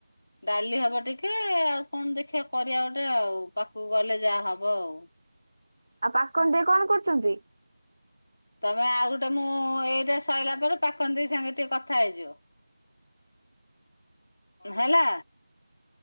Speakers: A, on the left (about 30°); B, on the right (about 50°).
A: ଡାଲି ହବ ଟିକେ, ଆଉ କଣ ଦେଖିବା କରିବା ଗୋଟେ ଆଉ, ପାଖକୁ ଗଲେ ଯାହା ହବ ଆଉ।
B: ଆଉ ପାକନ ଦେଇ କଣ କରୁଚନ୍ତି?
A: ତମେ ଆଉ ଗୋଟେ ମୁଁ ଏଇଟା ସରିଲା ପରେ ପାକନ ଦେଇ ସାଙ୍ଗେ ଟିକେ କଥା ହେଇଯିବ। ହେଲା।